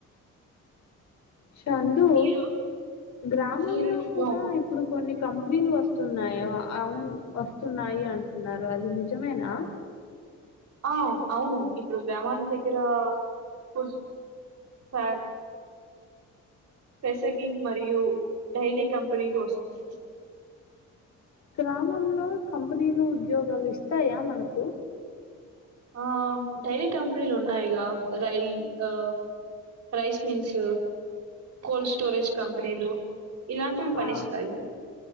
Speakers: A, on the left; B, on the right.
A: చందు
B: మీరు
A: గ్రామంలో
B: మీరు
A: కూడా
B: నో
A: ఇప్పుడు కొన్ని కంపెనీలు వస్తు వస్తున్నాయా అవును వస్తున్నాయి అంటున్నారు. అది నిజమేనా.
B: ఆ అవును ఇప్పుడు గ్రామం దగ్గర ఫుడ్ ఫ్యార్ రెసెగింగ్ మరియు డైలీ కంపెనీలు వస్తున్నాయి.
A: గ్రామంలో కంపెనీలు ఉద్యోగాలు ఇస్తాయ మనకు
B: ఆ డైరీ కంపెనీలు ఉన్నాయిగా రైల్ ఆ రైస్ మిల్స్ కోల్స్ స్టోరేజ్ కంపెనీలు ఇలాంటివి పనిస్తాయి.
A: ఆ